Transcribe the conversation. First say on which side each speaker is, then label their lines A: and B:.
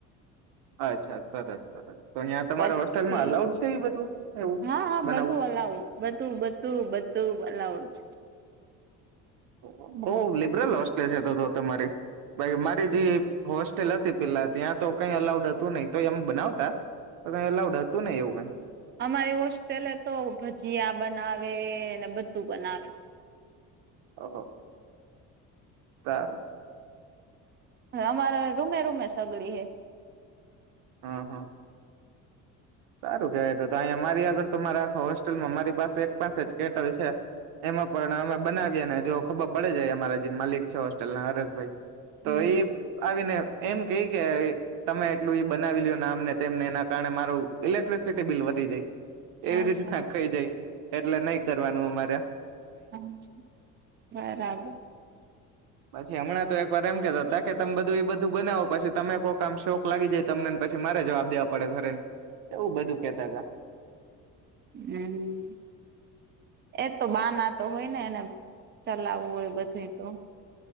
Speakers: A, on the right; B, on the right.
A: અચ્છા, સરસ સરસ. તો અહીંયા તમારે
B: પછી
A: હોસ્ટેલમાં અલાઉડ છે એ બધું એવું
B: હા હા
A: બનાવવું?
B: બધું અલાઉડ બધું બધું બધું અલાઉડ છે.
A: ઓહો! બહુ લિબરલ હોસ્ટેલ છે તો તો તમારી. બાકી મારી જે હોસ્ટેલ હતી પેલા ત્યાં તો કઈ અલાઉડ હતું નઈ. તોય એમ બનાવતા. પણ એલાઉડ હતું નઈ એવું કાઈ.
B: અમારી હોસ્ટેલે તો ભજીયા બનાવે ને બધું બનાવે.
A: ઓહો! સારું.
B: હવે અમારે રૂમે-રૂમે સગડી હે.
A: હા, હા. સારું કેવાય તો તો. અહીં મારી આગળ તો મારા આખા હોસ્ટેલમાં મારી પાસે એક પાસે જ કેટલ છે. એમાં પણ અમે બનાવીએ અને જો ખબર પડે જ અમારા જે માલિક છે, હોસ્ટેલના હરેશભાઈ.
B: હમ
A: તો, ઈ આવી ને એમ કે કે તમે એટલું એ બનાવી લ્યો ને આમને તેમને એના કારણે મારું ઇલેક્ટ્રિસિટી બિલ વધી જાય એવી
B: અચ્છા
A: રીતના ખઈ જાય એટલે નહી કરવાનું અમારે આ
B: હા, બરાબર.
A: પછી હમણાં તો એકવાર એમ કેતાતા કે તમે બધું એ બધું બનાવો પછી તમે કોક આમ શોખ લાગી જાય. તમને ને પછી મારે જવાબ દેવા પડે ઘરે એવું બધું કેતા તા.
B: હમ્મ. એ તો બાના તો હોય ને એને ચલાવવું હોય બધું તો